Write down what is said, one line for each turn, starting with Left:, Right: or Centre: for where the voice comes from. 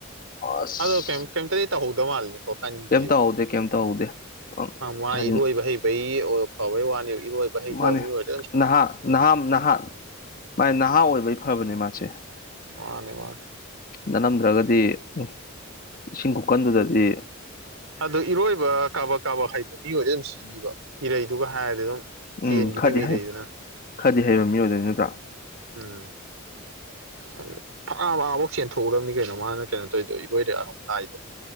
Left: ꯑꯁ
Right: ꯑꯗꯣ ꯀꯩ ꯀꯩꯝꯇ ꯇꯧꯍꯧꯗꯧ ꯃꯥꯜꯅꯤ ꯀꯣ ꯀꯟꯈꯤꯕ
Left: ꯀꯩꯝ ꯇꯧꯍꯧꯗꯦ ꯀꯩꯝ ꯇꯧꯍꯧꯗꯦ
Right: ꯃꯥ
Left: ꯍꯥꯏꯗꯤ
Right: ꯏꯔꯣꯏꯕ ꯍꯩꯕꯩ ꯐꯕꯩ ꯋꯥꯅꯦ ꯏꯔꯣꯏꯕ ꯍꯩꯇꯕ
Left: ꯃꯥꯅꯦ
Right: ꯃꯤꯑꯣꯏ ꯑꯣꯏ
Left: ꯅꯍꯥ ꯅꯍꯥ ꯅꯍꯥ ꯃꯥꯥꯏ ꯅꯍꯥ ꯑꯣꯏꯕꯒꯤ ꯐꯕꯅꯦ ꯃꯥꯁꯦ
Right: ꯃꯥꯅꯦ ꯃꯥꯁ
Left: ꯅꯅꯝꯗ꯭ꯔꯒꯗꯤ ꯎ ꯏꯁꯤꯡ ꯀꯀꯟꯗꯨꯗꯗꯤ
Right: ꯑꯗꯨ ꯏꯔꯣꯏꯕ ꯀꯥꯕꯛ ꯀꯥꯕꯛ ꯍꯩꯕ ꯃꯤ ꯑꯣꯏꯗ ꯑꯗꯨꯝ ꯁꯤꯅꯤꯕ ꯏꯔꯩꯗꯨꯒ ꯍꯥꯏꯔꯗꯤ ꯑꯗꯨꯝ ꯆꯦꯟꯈꯤꯅꯤꯕ
Left: ꯎꯝ ꯈꯔꯗꯤ
Right: ꯏꯔꯩꯗꯨꯅ
Left: ꯍꯩ ꯈꯔꯗꯤ ꯍꯩꯕ ꯃꯤꯑꯣꯏꯗꯅꯤ ꯅꯠꯇ
Right: ꯎꯝ ꯑꯗꯨ ꯐꯛꯑꯕꯐꯥꯎ ꯆꯦꯟꯊꯣꯛꯎꯔꯕꯅꯤ ꯀꯩꯅꯣ ꯃꯥꯅ ꯀꯩꯅꯣ ꯇꯧꯔꯤꯗꯣ ꯏꯔꯣꯏꯔ ꯑꯃꯨꯛ ꯂꯥꯛꯏꯗꯣ